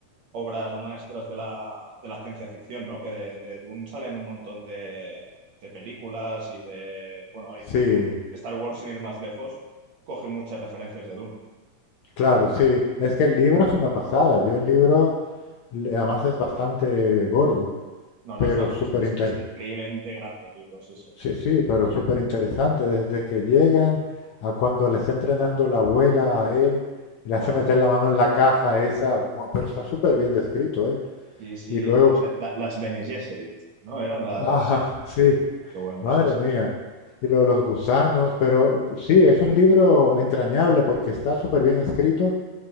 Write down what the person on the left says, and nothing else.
Sí,
claro, sí. Es que el libro es una pasada. Yo el libro, le- además es bastante gordo,
pero
súper
interesante.
Sí, sí, pero súper interesante. Desde que llegan a cuando le está entrenando la abuela a él y
le hace meter
la mano en la caja esa, guau, pero está súper bien descrito, ¿eh?
Y luego,
ajá, <laughs> sí,
madre
mía. Y lo de los gusanos, pero sí, es un libro entrañable porque está súper bien escrito